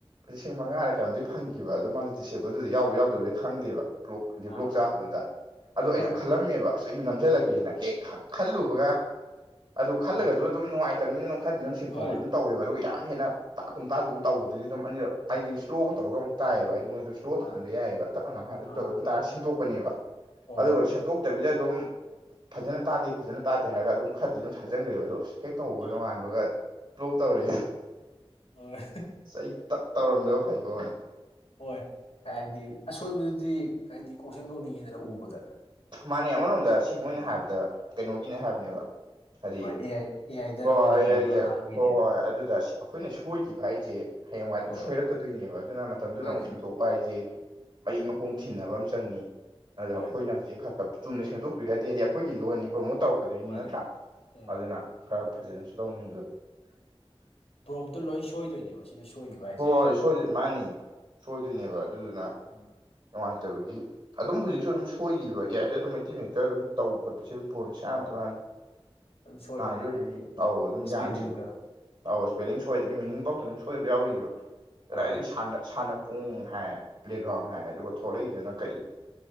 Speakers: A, on the right; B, on the left.
A: ꯂꯤꯁꯤꯡ ꯃꯉꯥꯔ ꯀꯩꯅꯝꯗꯤ ꯐꯪꯈꯤꯕ ꯑꯗꯣ ꯃꯥꯗꯨ ꯗꯤꯑꯦꯕꯜꯗꯨꯗꯗꯤ ꯌꯥꯎꯕ ꯌꯥꯎꯗꯕꯗꯤ ꯈꯪꯗꯦꯕ ꯕꯂꯣꯛ ꯑꯗꯤ ꯕ꯭ꯂꯣꯛ
B: ꯑꯥ
A: ꯆꯥꯕꯗꯨꯗ ꯑꯗꯣ
B: ꯍꯣꯏ
A: ꯑꯩꯁꯨ ꯈꯜꯂꯝꯃꯦꯕ ꯑꯁ ꯑꯩꯁꯨ ꯅꯝꯁꯤꯜꯂꯒꯦꯅ ꯍꯦꯛ ꯈꯜꯂꯨꯕꯒ ꯑꯗꯨ ꯈꯜꯂꯒꯁꯨ
B: ꯑꯥ
A: ꯑꯗꯨꯝ ꯅꯨꯡꯉꯥꯏꯇꯕꯅꯤꯅ ꯅꯝ ꯈꯔꯗꯤ ꯑꯗꯨꯝ ꯁꯤꯦꯡꯠꯇꯣꯛꯑꯒ
B: ꯍꯣꯏ
A: ꯑꯗꯨꯝ ꯇꯧꯋꯦꯕ ꯑꯗꯨꯒ ꯌꯥꯝ ꯍꯦꯟꯅ ꯇꯥꯛꯀꯨꯝ ꯇꯥꯛꯒꯨꯝ ꯇꯧꯕꯗꯨꯗꯤ ꯑꯗꯨꯝ ꯑꯅꯤ ꯍꯥꯏꯗꯤ ꯏꯁ꯭ꯂꯣꯒ ꯇꯧꯔꯒ ꯑꯃꯨꯛ ꯇꯥꯏꯌꯦꯕ ꯍꯥꯏꯗꯤ ꯃꯣꯏꯗ ꯏꯁ꯭ꯂꯣ
B: ꯑꯥ
A: ꯇꯧꯍꯟꯕ ꯌꯥꯏꯑꯕ ꯇꯛꯅ ꯉꯍ ꯑꯗꯨꯗꯒ
B: ꯑꯥ
A: ꯑꯗꯨꯝ ꯇꯥꯔꯒ ꯁ ꯁꯦꯝꯗꯣꯛꯄꯅꯦꯕ
B: ꯑꯣ
A: ꯑꯗꯨꯒ ꯁꯦꯝꯇꯣꯛ ꯐꯠꯇꯕꯤꯗ ꯑꯗꯨꯝ ꯐꯖꯅ ꯇꯥꯗꯦ ꯐꯖꯅ ꯇꯥꯗꯦ ꯍꯥꯏꯔꯒ ꯑꯗꯨꯝ ꯈꯔꯗꯤ ꯑꯗꯨꯝ ꯊꯥꯖꯤꯟꯈ꯭ꯔꯦꯕ ꯑꯗꯣ ꯑꯁ ꯍꯦꯛ ꯇꯧꯍꯧꯕ
B: ꯑꯥ
A: ꯅꯣꯉꯥꯟꯕꯒ ꯕ꯭ꯂꯣꯛ ꯇꯧꯔꯦ
B: ꯍꯣꯏ
A: ꯑꯁ ꯑꯩ ꯇꯧꯔꯝꯗꯕ ꯐꯩꯀꯣ
B: ꯍꯣꯏ ꯍꯥꯏꯗꯤ ꯑꯁꯣꯏꯕꯗꯨꯗꯤ ꯍꯥꯏꯗꯤ ꯀꯣꯛ ꯁꯦꯝꯗꯣꯛꯅꯤꯡꯉꯤꯗꯅ ꯎꯕꯗ
A: ꯃꯥꯅꯦ ꯑꯃꯔꯣꯝꯗ ꯁꯤ ꯃꯣꯏꯅ
B: ꯎꯝ
A: ꯍꯥꯏꯕꯗ ꯀꯩꯅꯣꯒꯤꯅꯦ ꯍꯥꯏꯕꯅꯦꯕ ꯍꯥꯏꯗꯤ
B: ꯍꯣꯏ ꯑꯦ ꯑꯥꯏ ꯑꯦ ꯑꯥꯏꯗ
A: ꯍꯣꯏ
B: ꯃꯅꯤꯄꯨꯔꯤ
A: ꯑꯩꯦꯒꯦ
B: ꯂꯣꯟ
A: ꯍꯣꯏ
B: ꯍꯥꯞꯄꯒꯤꯅꯦꯅ
A: ꯍꯣꯏ ꯍꯣꯏ ꯑꯗꯨꯗ ꯑꯩꯈꯣꯏꯅ ꯁꯣꯏꯈꯤꯕ ꯍꯥꯏꯁꯦ ꯍꯌꯦꯡꯋꯥ
B: ꯍꯣꯏ
A: ꯁꯣꯏꯔꯛꯀꯗꯣꯏꯅꯦꯕ ꯑꯗꯨꯅ ꯃꯇꯝꯗꯨꯗ
B: ꯃꯥꯅꯦ
A: ꯑꯃꯨꯛ ꯁꯦꯝꯗꯣꯛ ꯎꯄꯥꯏꯁꯦ ꯃꯩ ꯃꯄꯨꯡ ꯊꯤꯅꯕ ꯑꯃ ꯆꯪꯏꯤ ꯑꯗ
B: ꯍꯣꯏ
A: ꯑꯩꯈꯣꯏꯅ ꯍꯧꯖꯤꯛ ꯈꯔ ꯈ ꯆꯨꯝꯅ ꯁꯦꯡꯗꯣꯛꯄꯤꯒꯗꯦꯗꯤ ꯑꯩꯈꯣꯏꯒꯤ ꯂꯣꯟꯅꯤ ꯄ꯭ꯔꯣꯃꯣꯠ ꯇꯧꯔꯛꯀꯗꯣꯏꯅꯤ
B: ꯃꯥꯅꯦ
A: ꯅꯠꯇ꯭ꯔꯥ
B: ꯎꯝ
A: ꯑꯗꯨꯅ ꯈꯔ ꯐꯖꯅꯁꯨ ꯇꯧꯅꯤꯡꯕ
B: ꯄ꯭ꯔꯣꯝꯇꯨ ꯂꯣꯏ ꯁꯣꯏꯗꯣꯏꯅꯦꯕ ꯁꯤꯗ ꯁꯣꯏꯈꯤꯕ ꯍꯥꯏꯁꯦ
A: ꯍꯣꯏ
B: ꯍꯌꯦꯡ
A: ꯍꯣꯏꯣꯏ ꯃꯥꯅꯤ ꯁꯣꯏꯗꯣꯏꯅꯦꯕ ꯑꯗꯨꯗꯨꯅ
B: ꯎꯝ
A: ꯅꯨꯡꯉꯥꯏꯇꯕꯒꯤ ꯑꯗꯨꯝ ꯍꯧꯖꯤꯛꯁꯨ ꯑꯗꯨꯝ ꯁꯣꯏꯔꯤꯕ ꯏꯌꯥꯏꯗ ꯑꯗꯨꯝ ꯃꯩꯇꯩ ꯃꯦꯛꯇ ꯑꯗꯨꯝ ꯇꯧꯕ ꯈꯣꯠꯄꯁ ꯄ ꯁꯥꯟ
B: ꯍꯣꯏ
A: ꯇꯨꯔꯥꯟ
B: ꯑꯗꯨꯝ ꯁꯣꯏꯕꯅꯦ
A: ꯑ ꯑꯗꯨ
B: ꯍꯥꯏꯗꯤ
A: ꯑꯧ ꯑꯗꯨꯝ
B: ꯏꯁꯄꯦꯂꯤꯡꯗꯣ
A: ꯌꯥꯗ꯭ꯔꯤꯔꯤꯕ ꯄꯣꯠ ꯑꯧ ꯏꯁꯄꯦꯂꯤꯡ
B: ꯎꯝ
A: ꯁꯣꯏꯗ ꯒꯤ ꯃꯤꯅꯤꯡ ꯄꯥꯎꯇ ꯑꯗꯨꯝ ꯁꯣꯏꯕ ꯌꯥꯎꯔꯤꯕ ꯀꯗꯥꯏꯗꯒꯤ
B: ꯍꯣꯏ
A: ꯁꯥꯟꯅꯄꯨꯡ ꯍꯥꯏꯔ ꯄ꯭ꯂꯦꯒ꯭ꯔꯥꯎꯟ ꯍꯥꯏꯔ ꯑꯗꯨꯒ ꯊꯣꯛꯂꯛꯏꯗꯨꯅ ꯀꯔꯤ